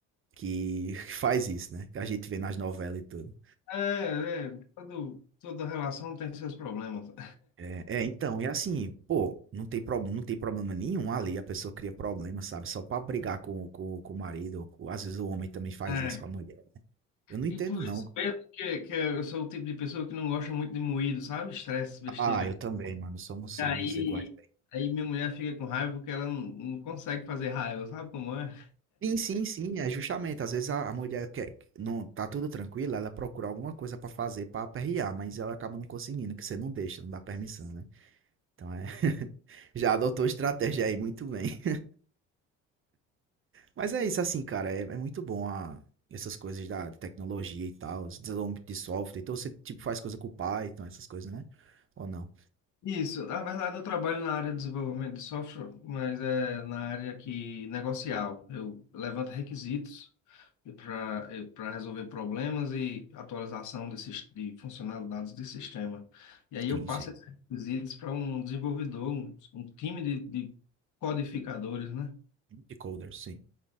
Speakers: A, on the right (about 40°); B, on the left (about 65°).
A: que faz isso, né? Que a gente vê nas novelas e tudo.
B: É, é, todo, toda relação tem seus problemas. <laughs>
A: É, é, então, e assim, pô, não tem, pro, não tem problema nenhum ali, a pessoa cria problema, sabe? Só pra brigar com, com, com o marido, ou com- às vezes o homem também faz
B: É.
A: isso com a mulher, né? Eu não entendo,
B: E por
A: não.
B: isso mesmo que, que eu sou o tipo de pessoa que não gosta muito de moído, sabe? Estresse, besteira.
A: Ah, eu também, mano, somos, somos
B: Aí,
A: iguais. né?
B: aí minha mulher fica com raiva porque ela não, não consegue fazer raiva, sabe como é?
A: Sim, sim, sim, é justamente, às vezes a, a mulher quer, não, tá tudo tranquilo, ela procura alguma coisa pra fazer pra aperrear, mas ela acaba não conseguindo, que você não deixa, não dá permissão, né? Então é, <laughs> já adotou estratégia aí, muito bem. Mas é isso, assim, cara, é, é muito bom a, essas coisas da de tecnologia e tal, os desenvolvimento de software. Então você, tipo, faz coisa com o Python, essas coisas, né? Ou não?
B: Isso, na verdade eu trabalho na área de desenvolvimento de software, mas é na área que negocial. Eu levanto requisitos para para resolver problemas e atualização desses, de funcionalidades de sistema. E aí eu
A: Sim,
B: passo
A: sim.
B: esses requisitos para um desenvolvedor, um, um time de, de codificadores, né?
A: e coders sim.